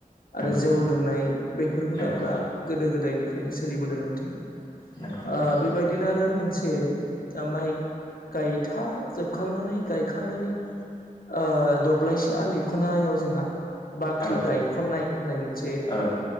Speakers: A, on the left (about 80°); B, on the left (about 30°).
A: आरो
B: नंगौ
A: जौ लोंनाय बेफोर हुदाफ्रा
B: नंगौ
A: गोदो गोदायनिफ्रायनो सोलिबोदों नोंथां। आ
B: नंगौ नंगौ
A: बेबायदिनो आरो मोनसे जा‌ माइ गायथाजोबखांनानै गायखांनायनि ओ दब्लायसे आलि खनायाव जोंहा बाख्रि
B: औ
A: गायखननाय होननाय मोनसे
B: औ